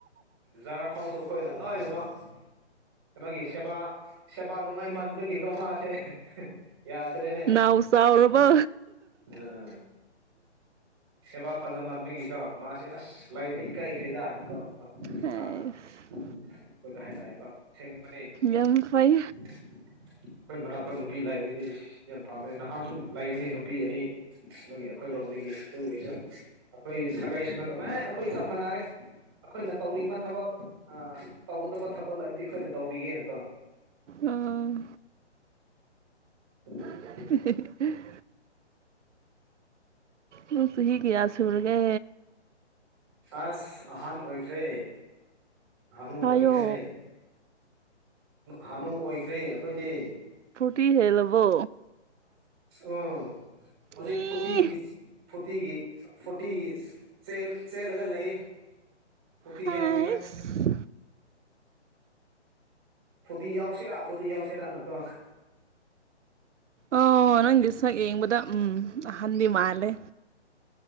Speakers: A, on the right (about 20°); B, on the right (about 85°).
A: ꯖꯥꯔ ꯐꯥꯎꯁꯨ ꯑꯩꯈꯣꯏꯅ ꯂꯣꯏꯅꯃꯛ ꯀꯩꯅꯣꯒꯤ ꯁꯦꯕꯥ ꯁꯦꯕꯥ ꯅꯨꯡꯉꯥꯏꯃꯟꯕꯒꯤꯀꯣ ꯃꯥꯁꯦ ꯌꯥꯗ꯭ꯔꯦꯅꯦ
B: ꯅꯥꯎ ꯆꯥꯎꯔꯕꯣ
A: ꯑꯝ ꯁꯦꯕꯥ ꯐꯖꯃꯟꯕꯒꯤꯀꯣ ꯃꯥꯁꯦ ꯑꯁ ꯂꯩꯕ ꯏꯀꯥꯏꯈꯔꯦꯗꯅ ꯀꯣ
B: ꯑꯁ
A: ꯏꯁꯥꯅ ꯑꯩꯈꯣꯏꯗ ꯍꯥꯏꯔꯛꯑꯦꯕ ꯃꯅꯤ ꯑꯩꯈꯣꯏ
B: ꯌꯥꯝ ꯐꯩ
A: ꯃꯅꯥꯛꯇ ꯅꯨꯄꯤ ꯂꯩꯕꯗꯤ ꯌꯥꯝ ꯐꯕꯅꯤ ꯅꯍꯥꯟꯁꯨ ꯂꯩꯕꯅꯤ ꯅꯨꯄꯤ ꯑꯅꯤ ꯑꯗꯨꯒꯤ ꯑꯩꯈꯣꯏꯔꯣꯝꯗꯒꯤ ꯑꯗꯨꯒꯤꯁꯨ ꯑꯩꯈꯣꯏ ꯁꯥꯒꯩꯁꯨ ꯅꯠꯇꯕ ꯑꯦ ꯑꯩꯈꯣꯏ ꯆꯞ ꯃꯥꯟꯅꯔꯦ ꯑꯩꯈꯣꯏꯅ ꯇꯧꯅꯤꯡꯕ ꯊꯕꯛ ꯑ ꯇꯧꯒꯗꯕ ꯊꯕꯛ ꯂꯩꯔꯗꯤ ꯑꯩꯈꯣꯏꯅ ꯇꯧꯕꯤꯒꯦꯅꯀꯣ
B: ꯑꯥ
A: <unintelligible>
B: <unintelligible> ꯅꯪ ꯆꯍꯤ ꯀꯌꯥ ꯁꯨꯔꯒꯦ
A: ꯑꯁ ꯑꯍꯟ ꯑꯣꯏꯈ꯭ꯔꯦ ꯍꯥꯥꯅꯨ
B: ꯍꯥꯏꯌꯣ
A: ꯑꯣꯏꯈ꯭ꯔꯦꯅꯦ ꯍꯅꯨ ꯑꯣꯏꯈ꯭ꯔꯦ ꯑꯩꯈꯣꯏꯗꯤ
B: ꯇꯤ ꯍꯦꯜꯂꯕꯣ
A: ꯎ ꯍꯧꯖꯤꯛ
B: ꯏ
A: ꯐꯣꯔꯇꯤꯒꯤ ꯐꯣꯔꯇꯤꯒꯤ ꯐꯣꯔꯇꯤꯒꯤ ꯆꯦꯜ ꯆꯦꯜꯂꯒ ꯂꯩꯌꯦ ꯐꯣꯔꯇꯤ
B: ꯍꯥꯏꯁ
A: ꯌꯧꯅꯤꯉꯥꯏ ꯐꯣꯔꯇꯤ ꯌꯧꯁꯤꯔ ꯐꯣꯔꯇꯤ ꯌꯧꯁꯤꯔꯅ ꯀꯣ
B: ꯑꯣ ꯅꯪꯒꯤ ꯁꯛ ꯌꯦꯡꯕꯗ ꯎꯝ ꯑꯍꯟꯗꯤ ꯃꯥꯜꯂꯦ